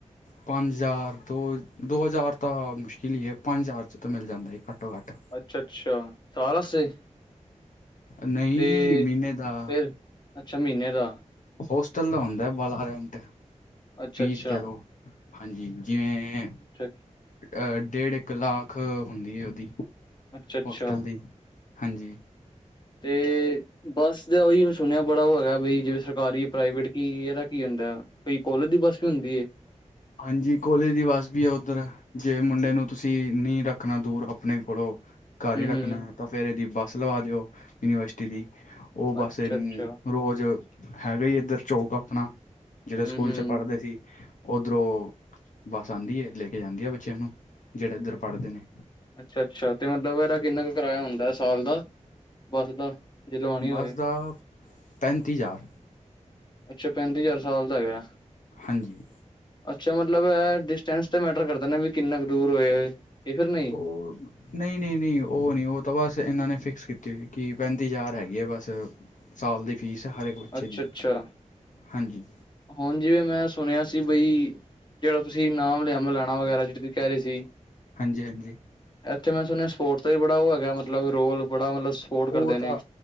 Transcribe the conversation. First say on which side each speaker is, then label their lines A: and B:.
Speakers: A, on the left; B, on the left.
A: ਪੰਜ ਹਜ਼ਾਰ ਦੋ-ਦੋ ਹਜ਼ਾਰ ਤਾਂ ਮੁਸ਼ਕਿਲ ਹੀ ਏ। ਪੰਜ ਹਜ਼ਾਰ 'ਚ ਤਾਂ ਮਿਲ ਜਾਂਦਾ ਏ ਘੱਟੋ-ਘੱਟ।
B: ਅੱਛਾ-ਅੱਛਾ ਸਾਲ ਵਾਸਤੇ।
A: ਨਹੀਂ
B: ਤੇ
A: ਮਹੀਨੇ ਦਾ
B: ਫਿਰ, ਅੱਛਾ ਮਹੀਨੇ ਦਾ।
A: ਹੋਸਟਲ ਦਾ ਹੁੰਦਾ ਵਾਲਾ ਰੈਂਟ।
B: ਅੱਛਾ
A: ਫੀਸ
B: ਅੱਛਾ
A: ਕਹਿ ਲੋ ਹਾਂਜੀ। ਜਿਵੇਂ
B: ਅੱਛਾ।
A: ਅ ਡੇਢ ਇੱਕ ਲਾਖ ਹੁੰਦੀ ਏ ਉਹਦੀ
B: ਅੱਛਾ ਅੱਛਾ
A: ਹੋਸਟਲ ਦੀ ਹਾਂਜੀ।
B: ਤੇ ਬਸ ਦਾ ਉਹੀ ਮ ਸੁਣਿਆ ਬੜਾ ਉਹ ਹੈਗਾ ਬਈ ਜਿਵੇਂ ਸਰਕਾਰੀ, ਪ੍ਰਾਈਵੇਟ ਕੀ ਇਹਦਾ ਕੀ ਹੁੰਦਾ। ਭਈ ਕੋਲਜ ਦੀ ਬੱਸ ਵੀ ਹੁੰਦੀ ਏ।
A: ਹਾਂਜੀ, ਕੋਲੇਜ ਦੀ ਬੱਸ ਵੀ ਏ ਉੱਧਰ। ਜੇ ਮੁੰਡੇ ਨੂੰ ਤੁਸੀ ਨੀ ਰੱਖਣਾ ਦੂਰ ਆਪਣੇ ਕੋਲੋਂ ਘਰ
B: ਹਮ
A: ਹੀ ਰੱਖਣਾ
B: ਹਮ
A: ਏ ਤਾਂ ਫਿਰ ਇਹਦੀ ਬੱਸ ਲਵਾ ਦਿਓ ਯੂਨੀਵਰਸਿਟੀ ਦੀ। ਉਹ ਬਸ
B: ਅੱਛਾ
A: ਇਹਨੂੰ
B: ਅੱਛਾ
A: ਰੋਜ਼ ਹੈਗਾ ਹੀ ਏਧਰ ਚੌਕ ਆਪਣਾ। ਜਿਹੜੇ
B: ਹਮ
A: ਸਕੂਲ
B: ਹਮ
A: 'ਚ' ਪੜ੍ਹਦੇ ਸੀ। ਉੱਧਰੋਂ ਬੱਸ ਆਦੀ ਹੈ, ਲੈ ਕੇ ਜਾਂਦੀ ਆ ਬੱਚਿਆਂ ਨੂੰ ਜਿਹੜੇ ਇੱਧਰ ਪੜ੍ਹਦੇ ਨੇਂ
B: ਅੱਛਾ-ਅੱਛਾ ਤੇ ਮਤਲਬ ਇਹਦਾ ਕਿੰਨਾ ਕੁ ਕਿਰਾਇਆ ਹੁੰਦਾ ਸਾਲ ਦਾ ਬੱਸ ਦਾ ਜਦੋ ਆਉਣੀ
A: ਬੱਸ
B: ਹੋਵੇ।
A: ਦਾ ਪੈਂਤੀ ਹਜ਼ਾਰ।
B: ਅੱਛਾ, ਪੈਂਤੀ ਹਜ਼ਾਰ ਸਾਲ ਦਾ ਹੈਗਾ।
A: ਹਾਂਜੀ।
B: ਅੱਛਾ ਮਤਲਬ ਡਿਸਟੈਂਸ ਤਾਂ ਮੈਟਰ ਕਰਦਾ ਵੀ ਕਿੰਨਾ ਕੁ ਦੂਰ ਹੋਏ ਇਹ ਫਿਰ ਨਹੀਂ
A: ਹੋਰ। ਨਹੀ-ਨਹੀ-ਨਹੀ ਉਹ ਨਹੀ ਉਹ ਤਾਂ ਬਸ ਇਹਨਾਂ ਨੇ ਫਿਕਸ ਕੀਤੀ ਕਿ ਪੈਂਤੀ ਹਜ਼ਾਰ ਹੈਗੀ ਆ ਬਸ। ਸਾਲ ਦੀ ਫ਼ੀਸ ਹਰ ਇੱਕ ਬੱਚੇ
B: ਅੱਛਾ
A: ਦੀ।
B: ਅੱਛਾ
A: ਹਾਂਜੀ
B: ਹੁਣ ਜਿਵੇਂ ਮੈਂ ਸੁਣਿਆ ਸੀ ਬਈ। ਜਿਹੜਾ ਤੁਸੀਂ ਨਾਮ ਲਿਆ ਮਲਾਣਾ ਵਗੈਰਾ ਜਿਹੜੇ ਕਹਿ ਰਹੇ ਸੀ।
A: ਹਾਂਜੀ-ਹਾਂਜੀ।
B: ਇੱਥੇ ਮੈਂ ਸੁਣਿਆ ਸਪੋਰਟ ਦਾ ਵੀ ਹੈਗਾ ਮਤਲਬ ਰੋਲ ਬੜਾ। ਸਪੋਰਟ ਕਰਦੇ
A: ਉਹ ਤਾਂ
B: ਨੇ